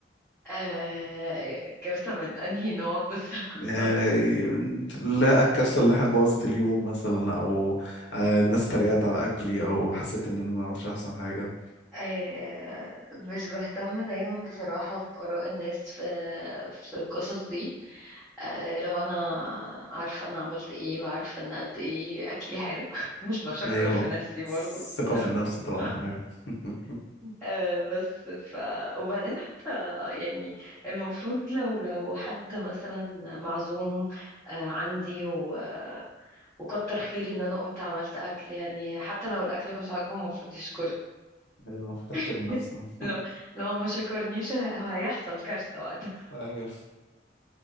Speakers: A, in the centre; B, on the left.
A: آه... كارثة من انهي نوع بس <laughs>
B: آه... لا الكارثة اللي احنا بوظت اليوم مثلا او آه... الناس اتريقت على اكلي او حسيت ان انا ما عملتش احسن حاجة
A: آه، مش بهتم دايما بصراحة بآراء الناس في في القصص دي آه، لو أنا عارفة أنا عملت إيه وعارفة أنا قد إيه أكلي حلو <laughs> مش بشكر
B: ايوه
A: في نفسي برضو
B: ثقة في النفس طبعا
A: <laughs>
B: ايوه <laughs>
A: آه، بس ف وبعدين حتى يعني المفروض لو لو حد مثلا معزوم آه، عندي و... وكتر خيري إن أنا قمت عملت أكل يعني حتى لو الأكل مش عاجبه المفروض يشكرني
B: ايوه المفروض تحترم
A: <laughs>
B: نفسها
A: لو لو ما شكرنيش هو هيحصل كارثة وقتها
B: <laughs> ايوه